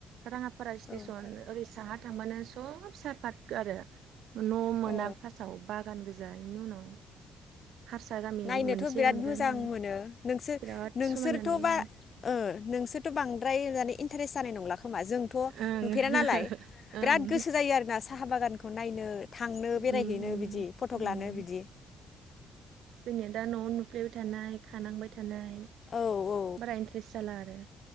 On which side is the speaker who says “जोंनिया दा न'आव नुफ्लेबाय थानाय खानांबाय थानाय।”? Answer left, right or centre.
Right